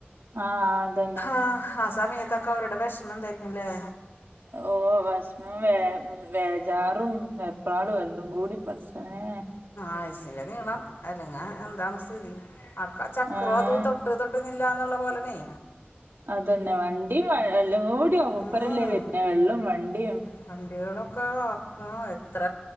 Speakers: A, on the right (about 70°); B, on the left (about 80°).
A: ആഹ് അതന്നെ
B: ആഹ് ആ സമയത്തക്ക അവരുടെ വെഷ്മം എന്തായിരിക്കുംല്ലെ?
A: ഓ വെഷ്മം വേ വേജാറും. എപ്പളാത് വെല്ലും കൂടി പട്ച്ചൊനേ
B: ആയുസിന്റെ നീളം അല്ലെങ്ങ എന്താണ് സ്ഥിതി അക്ക ചക്രവും
A: ആഹ്
B: അത് തൊ തൊട്ട് തൊട്ടുന്നില്ലാന്നുള്ള പോലെണേ
A: അതെന്നെ വണ്ടി എല്ലും കൂടി ഒപ്പരല്ലേ
B: ഉം.
A: വര്ന്നെ വെള്ളും വണ്ടിം
B: വണ്ടികളൊക്കെ എത്ര